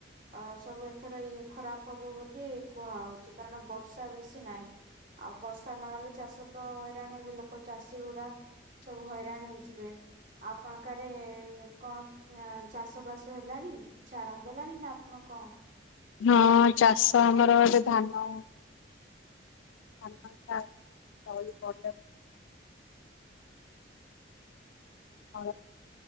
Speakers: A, on the right; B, on the left.
A: ଆଉ ସବୁ ଏଥର ଇଏ ଖରାପ ହବ ବୋଲି କୁହାହଉଛି କାରଣ ବର୍ଷା ବେଶୀ ନାହିଁ। ଆଉ ବର୍ଷା ନହେଲେ ଚାଷ ତ ହଇରାଣ ହେବ ଲୋକ ଚାଷୀ ଗୁଡ଼ା। ସବୁ ହଇରାଣ ହେଇଯିବେ। ଆପଣଙ୍କ ଆଡ଼େ କଣ ଚାଷ ବାସ ହେଲାଣି କିଛି ଆରମ୍ଭ ହେଲାଣି ନା ଆପଣ କଣ?
B: ହଁ ଚାଷ ଆମର ଏଠି ଧାନ <unintelligible> ତଳି ପଡିଲାଣି। ଆ